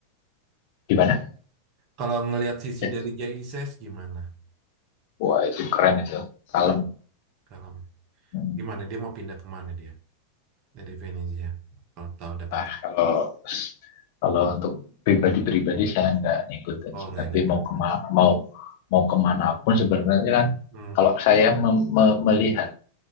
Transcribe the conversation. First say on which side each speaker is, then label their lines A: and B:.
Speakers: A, on the left (about 50°); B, on the right (about 40°).
A: di mana?
B: Kalau ngelihat sisi
A: Ya.
B: dari Jay Isis gimana?
A: Wah itu keren itu, kalem.
B: Keren. Kalau
A: Hmm.
B: gimana dia mau pindah kemana dia? Dari Venezia. Kalau tahu dapat
A: Ah kalau kalau untuk pribadi-pribadi saya nggak ngikutin
B: oh
A: sih,
B: nggak
A: tapi
B: ngikut.
A: mau kema mau mau kemana pun sebenarnya kan
B: Hmm,
A: kalau saya mem- me- melihat